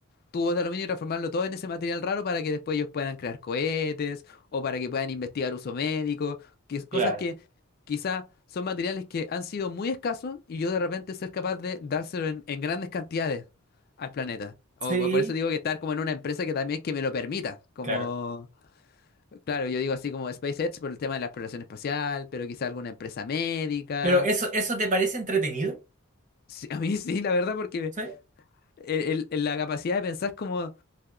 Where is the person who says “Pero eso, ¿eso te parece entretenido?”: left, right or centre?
Right